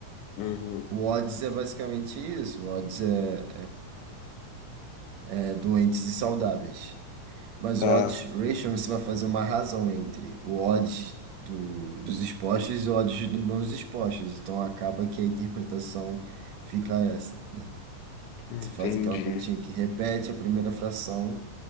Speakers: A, on the left; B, on the right.
A: Uhum,
B: O odds é basicamente isso. O odds é, é, é doentes e saudáveis. Mas
A: tá,
B: o odds ratio você vai fazer uma razão entre o odds do, dos expostos e o odds dos não expostos. Então acaba que a interpretação fica essa, né?
A: entendi.
B: Você faz aquela continha que repete a primeira fração